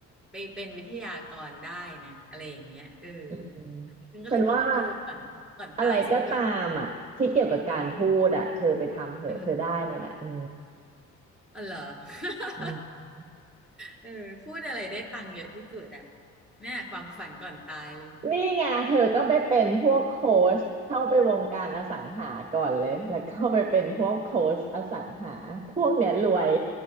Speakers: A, in the centre; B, on the right (about 25°).
A: ไปเป็นวิทยากรได้นะอะไรอย่างเงี้ยเออ
B: อืม
A: ฉันก็เลยบอกว่าเออก่อนก่อนตายฉันก็
B: ฉันว่าอะไรก็ตามอ่ะที่เกี่ยวกับการพูดอ่ะเธอไปทำเหอะเธอได้หมดอ่ะอื
A: ทำอะไรเออ อ๋อเหรอ <laughs>
B: ม
A: เออพูดอะไรได้ตังค์เยอะที่สุดอะเนี่ยความฝันก่อนตายเลย
B: นี่ไงเธอก็ไปเป็นพวกโค้ชเข้าไปวงการอสังหาก่อนเลยแล้วก็ไปเป็นพวกโค้ชอสังหาพวกเนี้ยรวย